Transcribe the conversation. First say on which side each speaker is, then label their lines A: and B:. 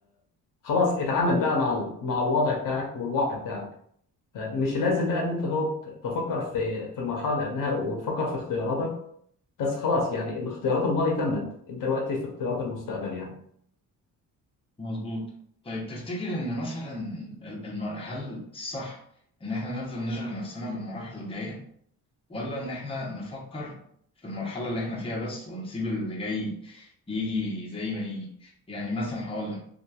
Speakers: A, on the left; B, on the left.
A: خلاص اتعامل بقى مع ال- مع الوضع بتاعك والواقع بتاعك آه، مش لازم بقى ان انت تقعد تفكر في في المرحله اللي قبلها وتفكر في اختياراتك بس خلاص يعني الاختيارات الماضي تمت انت دلوقتي في اختيارات المستقبل يعني
B: مظبوط طيب تفتكر ان مثلا ال- المر... هل الصح ان احنا نفضل نشغل نفسنا بالمراحل الجايه ولا ان احنا نفكر في المرحله اللي احنا فيها بس ونسيب اللي جاي يجي زي ما يجي يعني مثلا هقول لك